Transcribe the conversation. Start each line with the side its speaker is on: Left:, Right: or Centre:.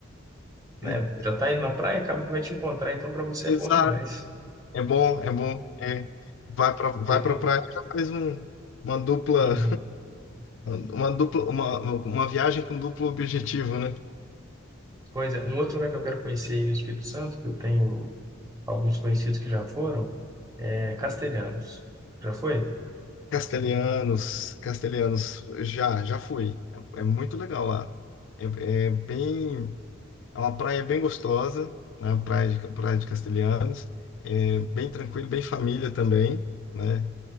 Right: né,
Left: e-
Right: já tá indo na praia, acaba que vai te encontrar, então para você
Left: exato.
Right: é bom demais.
Left: É bom, é bom. É. Vai para vai
Right: Eu,
Left: para
Right: eu-
Left: praia, já faz um, uma dupla,
Right: uhum.
Left: uma dupla, uma, uma viagem com duplo objetivo, né?
Right: Pois é, um outro lugar que eu quero conhecer aí no Espírito Santo, que eu tenho alguns conhecidos que já foram, é Castelhanos. Já foi?
Left: Castelhanos, Castelhanos, já, já fui. É, é muito legal lá. É, é bem, é uma praia bem gostosa, né? Praia de, praia de Castelhanos. É bem tranquilo, bem família também, né?